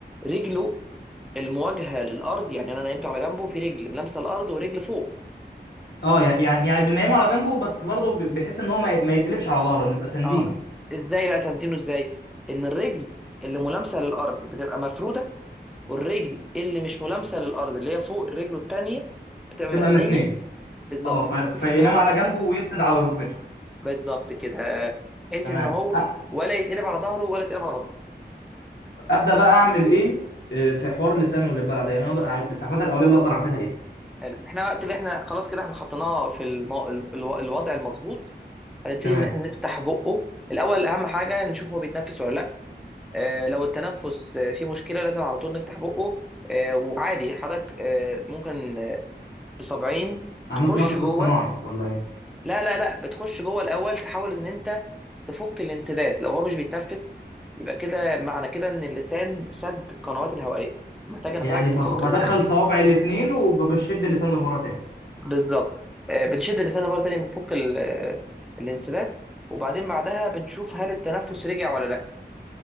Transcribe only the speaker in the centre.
رجله المواجهه للارض يعني انا نايمته على جنبه في رجل ملامسه الارض ورجل فوق
اه ازاي بقى سنتينه ازاي ان الرجل اللي ملامسه للارض بتبقى مفروده والرجل اللي مش ملامسه للارض اللي هي فوق رجله التانيه بتبقى
متنيه
بالظبط
بحيث ان هو
بالظبط كده بحيث
ان هو
ولا يتقلب على ظهره ولا يتقلب على بطنه
حلو احنا وقت اللي احنا خلاص كده احنا حطيناه في المو... الو- الوضع المظبوط هنبتدي
ان احنا نفتح بقه الاول اهم حاجه نشوف هو بيتنفس ولا لا آه، لو التنفس آه، فيه مشكله لازم على طول نفتح بقه آه، وعادي حضرتك آه، ممكن آه، بصبعين
تخش
جوه
لا لا لا بتخش جوه الاول تحاول ان انت تفك الانسداد لو هو مش بيتنفس يبقى كده معنى كده ان اللسان سد القنوات الهوائيه محتاج ان
حضرتك
تفك
الانسداد
بالظبط آه، بنشد اللسان لبره تاني بنفك ال- آه، الانسداد وبعدين بعدها بنشوف هل التنفس رجع ولا لا